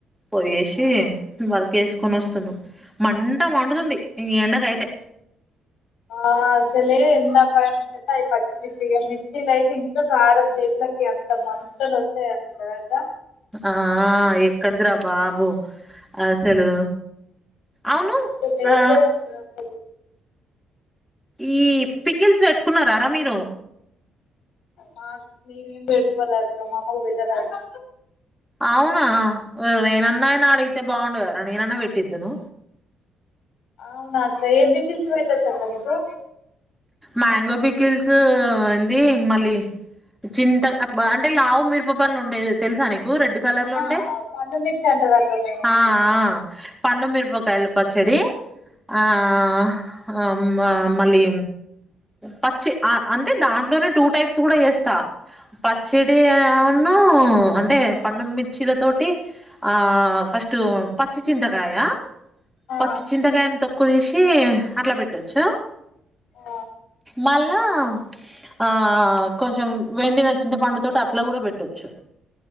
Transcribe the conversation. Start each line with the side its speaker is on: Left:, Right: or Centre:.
Centre: పోయేసి వర్క్ వేసుకొని వస్తున్నాం మంట మండుతుంది ఈ ఎండక అయితే
Left: ఆ అ సలే ఎన్న పయన చే అది ప ఇక మిర్చీలు అయితే ఇంకొక కారం చేతులకి ఎంత మంతలు వచ్చాయింట కదా ద
Centre: ఆ ఆ ఎ కడుదురా బాబు అసలు అవును
Left: అసలు డేంజర్
Centre: ఆ
Left: ఉంటది అసలు
Centre: ఈ పికిల్స్ పెట్టుకున్నారారా మీరు
Left: మాకు మేమేం పెట్టుకోలేదు మా అమ్మ కి పెట్టను రాదు
Centre: అవునా నేనన్నయ నా అడిగితే బాగుం ర నేనన్న పెట్టిద్దును
Left: అవునాక్క ఏం పికిల్స్ పెట్టొచ్చు అక్క మీకు
Centre: మ్యాంగో పికిల్స్ అంది మళ్ళీ చింత బా అంటే లావు మిరప పండ్లు ఉండాయి తెలుసా నకు వు రెడ్ కలర్
Left: ఆ
Centre: లో ఉంటాయ్
Left: పండు మిర్చి అంటారు అక్క మేము
Centre: ఆ
Left: అది
Centre: ఆ పండు మీరుపకాయలు పచ్చడి ఆ ఆ ఆ మా మళ్ళీ పచ్చి అ అంటే దాంట్లోనే టూ టైప్స్ కూడా చేస్తా ప సిడి అవును నూ అంటే పండుమిర్చిల తోటి ఆ ఫస్ట్ పచ్చి చింతకాయ
Left: ఆ
Centre: పచ్చ చింత కయన్ ఎంతో కొలిసి అట్లా పెట్టొచ్చు
Left: ఆ
Centre: మళ్ళా ఆ కొంచెం వెండిన చింత పండుతోోటి అట్లా కూడా పెట్టొచ్చు